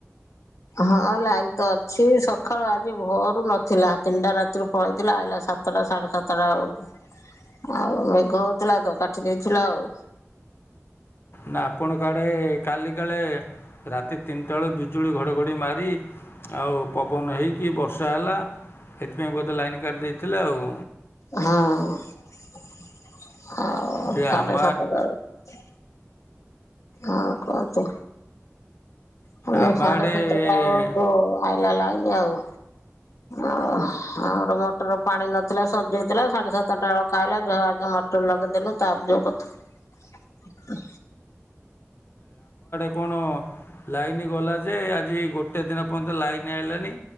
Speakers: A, on the left; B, on the left.
A: ହଁ ଲାଇନ୍ ତ ଅଛି। ସକାଳୁ ଆଜି ଭୋରୁ ନଥିଲା, ତିନିଟା ରାତିରୁ ପଳେଇଥିଲା ଆଇଲା ସାତଟା ସାଢ଼େସାତଟା ବେଳକୁ। ଆଉ ମେଘ ହଉଥିଲା ତ, କାଟି ଦେଇଥିଲା ଆଉ।
B: ନା ଆପଣକ ଆଡ଼େ କାଲି କାଳେ, ରାତି ତିନିଟା ବେଳେ ବିଜୁଳି ଘଡ଼ଘଡ଼ି ମାରି ଆଉ ପବନ ହେଇକି ବର୍ଷା ହେଲା, ସେଥିପାଇଁ ବୋଧେ ଲାଇନ କାଟି ଦେଇଥିଲେ ଆଉ।
A: ହଁ। ଓ
B: ଯେ
A: ସାଢେ
B: ଆମ
A: ସାତଟା ବେଳକୁ ଆ କନ୍ତି ମାନେ
B: ଆମ
A: ସାଢେ
B: ଆଡ଼େ
A: ସାତଟା ବେଳକୁ ଆଇଲା ଲାଇନ ଆଉ। ଓ ଆମର ମଟର ପାଣି ନଥିଲା ସରି ଯାଇଥିଲା ସାଢେସାତ ଚାରିଟା ବେଳକୁ ଖାଇଲା ଯାହା ମଟର ଲଗେଇ ଦେଲୁ ତାପ ଯଉ କଥା।
B: ଆପଣ ଲାଇନ ଗଲା ଯେ ଆଜି ଗୋଟେ ଦିନ ପର୍ଯ୍ୟନ୍ତ ଲାଇନ୍ ଆଇଲାଣି।